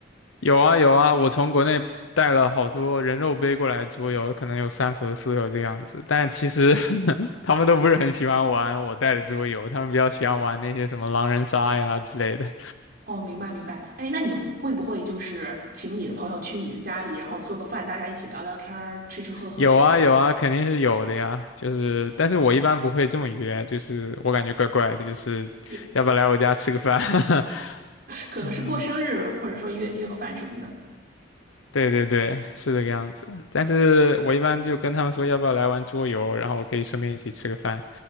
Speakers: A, on the left (about 80°); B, on the right (about 50°).
A: 有啊有啊，我从国内带了好多人肉背过来桌游，可能有三盒四盒这样子，但其实 <laughs> 他们都不是很喜欢玩我带的桌游，他们比较喜欢玩那些什么狼人杀呀之类的。
B: 哦，明白明白。哎，那你会不会就是请你的朋友去你的家里，然后做个饭，大家一起聊聊天儿、吃吃喝喝之类的？
A: 有啊有啊，肯定是有的呀。就是，但是我一般不会这么约，就是我感觉怪怪的，就是要不要来我家吃个饭？
B: 就
A: <laughs>
B: 可能是过生日，
A: 嗯，
B: 或者说约约个饭什么的。
A: 对对对，是这个样子。但是我一般就跟他们说要不要来玩桌游，然后我可以顺便一起吃个饭。